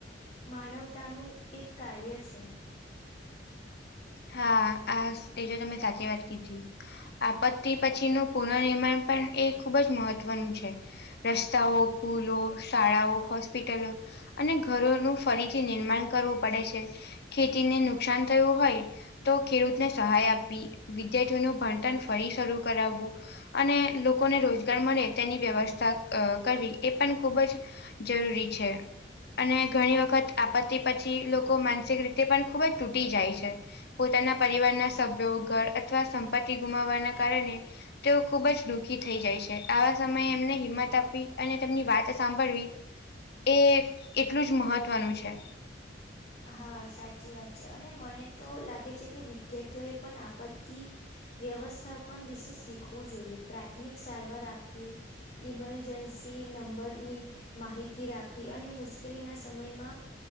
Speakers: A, on the left; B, on the left.
A: માનવતાનું એક કાર્ય છે.
B: હા આ શ એતો તમે સાચી વાત કીધી. આપત્તિ પછીનું પુનનીર્માણ પણ એ ખૂબ જ મહત્વનું છે. રસ્તાઓ, પુલો, શાળાઓ, હોસ્પિટલો, અને ઘરોનું ફરીથી નિર્માણ કરવું પડે છે, ખેતીને નુકસાન થયું હોય, તો ખેડૂતને સહાય આપવી, વિદ્યાર્થીઓનું ભણતર ફરી શરૂ કરાવવું, અને લોકોને રોજગાર મળે તેની વ્યવસ્થા અ કરવી એ પણ ખૂબ જ જરૂરી છે. અને ઘણી વખત આપત્તિ પછી લોકો માનસિક રીતે પણ ખૂબ જ તૂટી જાય છે, પોતાના પરિવારના સભ્યો ઘર અથવા સંપત્તિ ગુમાવવાના કારણે તેઓ ખુબ જ દુઃખી થઈ જાય છે આવા સમયે એમને હિંમત આપવી અને તેમની વાત સાંભળવી એ એટલું જ મહત્ત્વનું છે.
A: હા સાચી વાત છે અને મને તો લાગે છે કે વિદ્યાર્થીઓએ પણ આપત્તિ વ્યવસ્થાપન વિશે શીખવું જોઈએ પ્રાથમિક સારવાર આપવી ઇમરજન્સી નંબરની માહિતી રાખવી અને મુશ્કેલીના સમયમાં